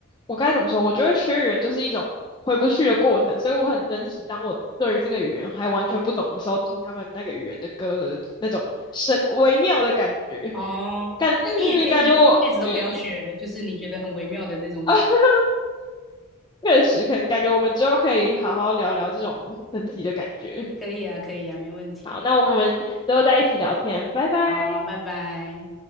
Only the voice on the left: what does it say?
我该怎么说？我觉得学语言就是一种回不去的过程，所以我很珍惜当我对于这个语言还完全不懂的时候，听他们那个语言的歌的那种神微妙的感觉，
感嗯感觉我嗯
啊确实，可能感觉我们之后可以好好聊聊这种神体的感觉。
好，那我们之后再一起聊天，拜拜。